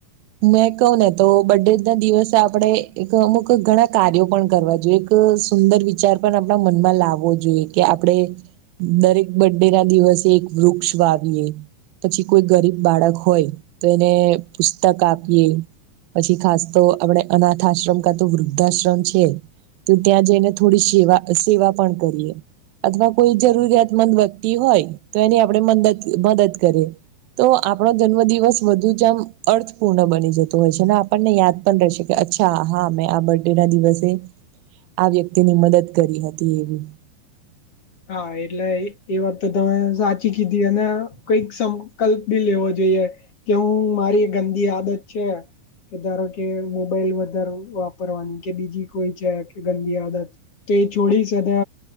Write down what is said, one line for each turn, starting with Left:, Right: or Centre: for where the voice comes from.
Right: મેં કહ ને તો બર્ ડે ના દિવસે આપડણે એક અમુક ઘણા કાર્યો પણ કરવા જોઈએ. એક સુંદર વિચાર પણ આપણા મનમાં લાવવો જોઈએ કે આપણે દરેક બર્ ડે ના દિવસે એક વૃક્ષ વાવીએ. પછી કોઈ ગરીબ બાળક હોય તો એને પુસ્તક આપીએ પછી ખાસ તો આપડણે અનાથ આશ્રમ કા તો વૃદ્ધાશ્રમ છે. તો ત્યાં જઈને થોડી સેવા સેવા પણ કરીએ અથવા કોઈ જરૂરિયાતમંદ વ્યક્તિ હોય, તો એની આપણે મ મદદ કરીએ તો આપણો જન્મદિવસ વધુ જમ અર્થપૂર્ણ બની જતોું હોય છે, આપણને યાદ પણ રહેશે કે અચ્છા હા મેં આ બ બે ના દિવસે આ વ્યક્તિ ની મદદ કરી હતી એવી.
Left: હા એટલે એ વાખ તો તમે સાચી કીધી અને કઈક સંકલ્પ બી લેવો જોઈએ. કે હું મારી ગંદી આદત છે. કે ધારો કે મોબાઈલ વધારે વાપરવાની કે બીજી કોઈ છે કે ગંદી આદત તો એ છોડી શ હવે